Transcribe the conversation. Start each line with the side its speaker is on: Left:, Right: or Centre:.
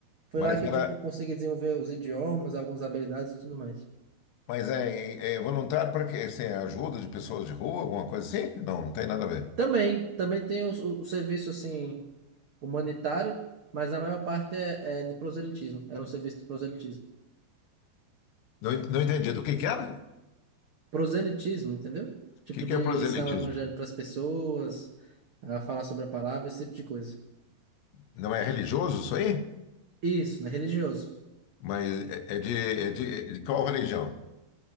Right: Foi
Left: mas
Right: lá que
Left: era.
Right: eu, tipo, consegui desenvolver os idiomas, algumas habilidades e tudo mais.
Left: Mas é, é é voluntário para quê? Assim, é ajuda de pessoas de rua, alguma coisa assim? Não, não tem nada a ver.
Right: Também, também tem o, o- o serviço, assim, humanitário, mas a maior parte é, é de proselitismo. Era um serviço de proselitismo.
Left: Não, en- não entendi. Do que que era? O
Right: Proselitismo, entendeu? Tipo,
Left: que que
Right: de
Left: é proselitismo?
Right: ensinar o evangelho para as pessoas, a falar sobre a palavra, esse tipo de coisa.
Left: Não é religioso isso aí?
Right: Isso, né? Religioso.
Left: Mas é, é de, é de, de qual religião?